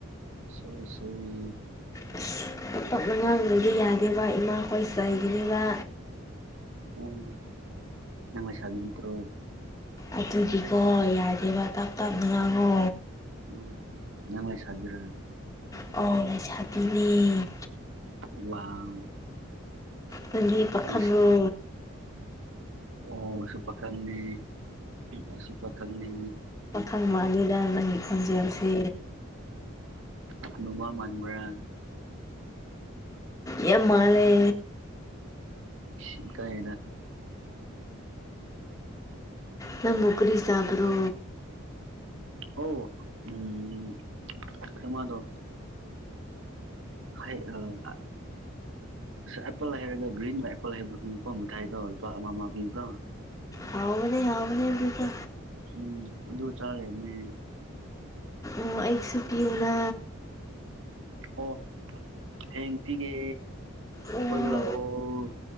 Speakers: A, on the right (about 65°); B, on the left (about 15°).
A: ꯁꯣꯔꯤ ꯁꯣꯔꯤ
B: ꯑꯁ ꯇꯞ ꯇꯞꯅ ꯉꯥꯡꯗꯒꯤ ꯌꯥꯗꯦꯕ ꯏꯃꯥꯈꯣꯏ ꯆꯩꯒꯅꯤꯕ
A: ꯎꯝ ꯅꯪ ꯂꯩꯁꯥꯕꯤ ꯅꯇ꯭ꯔꯣ
B: ꯑꯗꯨꯗꯤꯀꯣ ꯌꯥꯗꯦꯕ ꯇꯞ ꯇꯞꯅ ꯉꯥꯡꯉꯣ
A: ꯎꯝ ꯅꯪ ꯂꯩꯁꯥꯕꯤꯔ
B: ꯑ ꯂꯩꯁꯥꯕꯤꯅꯦ
A: ꯋꯥꯎ
B: ꯅꯪꯒꯤ ꯄꯥꯈꯪ
A: ꯉꯁꯤ
B: ꯔꯣ
A: ꯑꯣ ꯑꯩꯁꯨ ꯄꯈꯪꯅꯦ ꯑꯩꯁꯨ ꯄꯈꯪꯅꯦ
B: ꯄꯈꯪ ꯃꯥꯟꯗꯦꯗ ꯅꯪꯒꯤ ꯈꯣꯟꯖꯦꯜꯁꯦ
A: ꯍꯅꯨꯕ ꯃꯥꯟꯕꯔꯥ
B: ꯌꯥꯝ ꯃꯥꯟꯂꯦ
A: ꯁꯤ ꯏꯀꯥꯏꯌꯦꯗ
B: ꯅꯪꯕꯨ ꯀꯔꯤ ꯆꯥꯕꯔꯣ
A: ꯑꯣ ꯎꯝ ꯀꯔꯃꯗꯣ ꯍꯩ ꯑ ꯎꯝ ꯑ ꯑꯦꯄꯜ ꯍꯥꯏꯔꯒ ꯒ꯭ꯔꯤꯟ ꯑꯦꯄꯜ ꯍꯥꯏꯕꯗꯣ ꯈꯪꯉꯤꯀꯣ ꯃꯥꯏꯗꯣ ꯂꯨꯄ ꯑꯃ ꯑꯃ ꯄꯤꯕꯗꯣ
B: ꯍꯥꯎ ꯑꯗꯨꯗ
A: ꯎꯝ ꯃꯗꯨ ꯆꯥꯔꯤꯕꯅꯦ
B: ꯑꯣ ꯑꯩꯁꯨ ꯄꯤꯌꯨꯅ
A: ꯑꯣ ꯍꯌꯦꯡ ꯄꯤꯒꯦ
B: ꯑꯣ
A: ꯀꯣꯏꯕ ꯂꯥꯛꯑꯣ